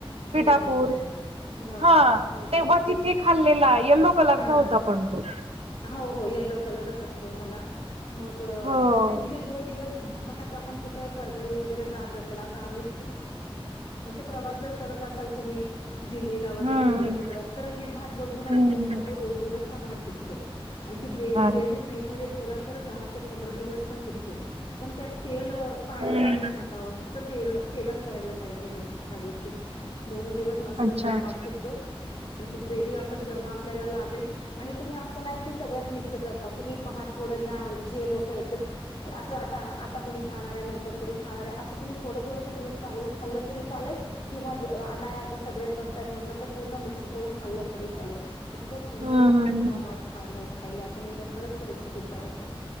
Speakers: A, on the right (about 90°); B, on the left (about 70°).
A: पिठापूर
B: हो हो हो हो
A: हा
B: हो माहिती
A: तेव्हा
B: आहे.
A: तिथे खाल्लेला येल्लो कलरचा
B: हां,
A: होता पण तो.
B: हो हो यल्लो कलरच असतो ह्याला मग
A: हो
B: तुम्ही हे दोन दिवस पाहात आपण कुगावी वगरे जात असेल आमे प्रवासत असाल तुम्ही दिल्लीला वगैरे
A: हम्म
B: इकड तिकड तर हे भात बनून आम्
A: हम्म
B: घेऊन जात दोन दिवस हा भात टिकतो आणि ती
A: अरे
B: ग्रेव्ही
A: वा.
B: फ्रीजमध्ये ठेवली तर- पंधरा दिवस पण टिकते पण त्या तेल पाण्याचा
A: हम्म
B: अंश नावा फक्त तेल तेलात करायला पाहिजे ह्या गोष्टी दोन दिवस मस्त
A: अच्छा
B: तो भात
A: अच्छा
B: पिकतो आणि ती ग्रेव आपण जेव्हा ला लागेल आणि तुम्ही अस नाही सगळंच मिक्स करता तुम्ही भात थोडं घ्या जे लोक येत असं आता आता कुणी खाणार आहे नंतर कुणी खाणार आहे असं तुम्ही थोडं थोडंस घेऊन कालवून खाल्ल तरी चालेल किंवा अय आता सगळेच बसतयत म्हटलं तर पूर्ण मिक्स करून खाल्लत तरी चालेल इतकं सुंदर
A: हम्म
B: लागतो
A: हम्म
B: ना हा
A: हम्म
B: भात खा खायला तुम्ही एकदा खरंच रेसिपी ट्राय करा